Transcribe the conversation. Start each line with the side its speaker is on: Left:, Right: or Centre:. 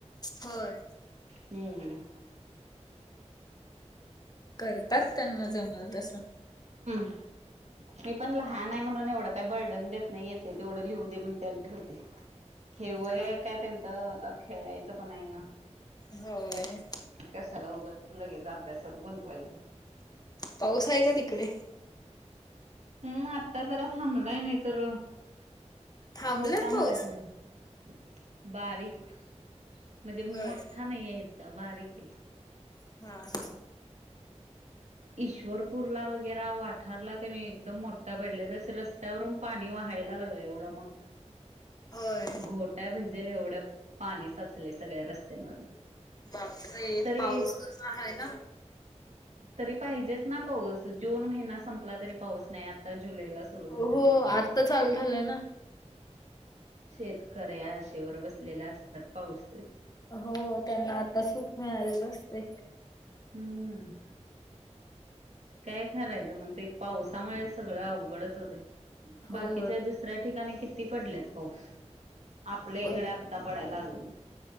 Left: होय.
Right: हम्म.
Left: करतात त्यांना जमल तस
Right: <inaudible> मी पण लहान आहे म्हणून एवढं काही बर्डन देत नाही येते तेवढं लिहू दे म्हण त्याला ठेवते. हेवय
Left: हा.
Right: काय त्यांचं आता खेळायचं पण आहे ना.
Left: होय
Right: कशाला उग लगायच अभ्यास गुंतवायचं.
Left: पाऊस आहे का तिकडे
Right: हम् आत्ता जरा थांबलाय नाही तर
Left: थांबलाय
Right: होता
Left: पाऊस?
Right: मगाच्या बरोबर बारीक म्हणजे मोठा
Left: होय.
Right: नाही आहेत का बारीके.
Left: हा हा.
Right: ईश्वरपूरला वगैेर वाठारला त्यानी एकदम मोठ ता पडल्या तस रस्त्यावरून पाणी वहायला लागलं एवढा मोठा
Left: होय.
Right: घोटाय पाहिजेल एवढं पाणी साचलय सगळ्या रस्त्यांवर
Left: बापरे
Right: तरी
Left: पाऊस
Right: एक
Left: कसा आहेय ना
Right: तरी पाहिजेच ना पाऊस जून महिना संपला तरी पाऊस नाही आता जुलैला सुरू झालाय
Left: हो आत्ता चालू झालंय ना.
Right: शेतकऱ्याशेवर बसलेला असतात पाऊसच.
Left: हो त्यांना आता सुख मिळालेलं असते.
Right: हम्म. काय खरायचं म्हणत पावसामुळे सगळं अवघडच होते. बाकीच्या
Left: होय.
Right: दुसऱ्या ठिकाणी किती पडलेत पाऊस आपल्या इकडे
Left: ब
Right: आत्ता पडायला लागले